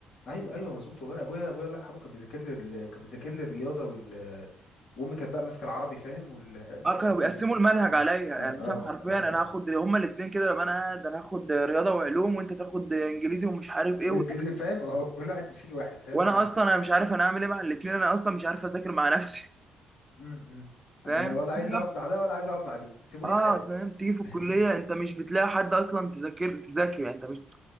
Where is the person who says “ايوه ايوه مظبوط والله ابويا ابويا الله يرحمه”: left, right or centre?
Left